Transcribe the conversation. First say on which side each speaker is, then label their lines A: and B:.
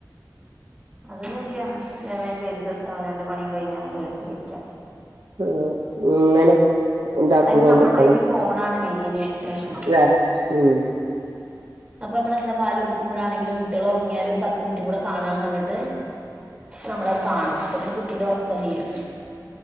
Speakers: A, on the right; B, on the right.
A: അത് കാര്യാണ് വേം വേം ചെയ്ത് തീർത്താ അവനാന്റെ പണിയും കഴിഞ്ഞാ മുലക്കിരിക്ക്യ
B: ഉം ഇങ്ങനെ ഇണ്ടാക്കിക്കൊണ്ടിക്കണം
A: അയ്ല് നമ്മള്ടെ ഈ ഫോണാണ് മെയിന് പ്രശ്നം
B: ല്ലേ ഉം
A: അപ്പൊ നമ്മെന്താ പാല് കൊടുക്ക്മ്പോഴാണെങ്കിലും കുട്ട്യേള് ഒറ്ങ്ങിയാലു ഒരു പത്ത് പത്ത് മിൻറ്റും കൂടെ കാണാന്ന് പറ്ഞ്ഞിട്ട് നമ്മളത് കാണും. അപ്പോത്തിന് കുട്ടിന്റെ ഒറ ഒക്കെ തീരും.